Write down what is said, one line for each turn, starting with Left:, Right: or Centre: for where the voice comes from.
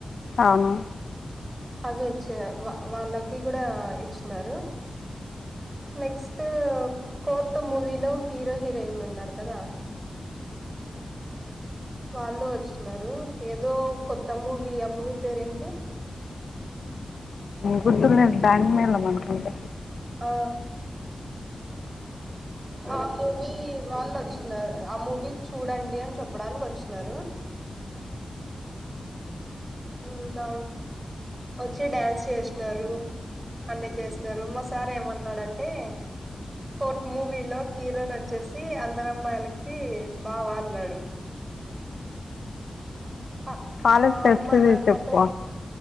Left: అవును
Right: అవి ఇచ్చే వా వాళ్ళకి కూడా ఇచ్చినారు నెక్స్టు కోర్టు మూవీలో హీరో హీరోయిన్ ఉన్నారు కదా వాళ్ళు వచ్చినారు ఏదో కొత్తమూవీ ఆమూవీ పేరేంటి
Left: గుతుల్లే బ్యాండ్ మేళం అనుకుంట
Right: ఆ ఆ మూవీ వాళ్ళు వచ్చినారు ఆ మూవీ చూడండి అని చెప్పడానికి వచ్చినారు ఇంకా వచ్చి డ్యాన్స్ చేసినారు అన్ని చేసినారు మాసార్ ఏమన్నాడంటే కోర్ట్ మూవీలో హీరోయిన్ వచ్చేసి అందర అమ్మాయిలకి బావ అన్నాడు ఆ
Left: కాలేజ్
Right: ఆ
Left: ఫెస్ట్
Right: అమ్మ
Left: గురించి
Right: అమ్మ
Left: చెప్పు
Right: పే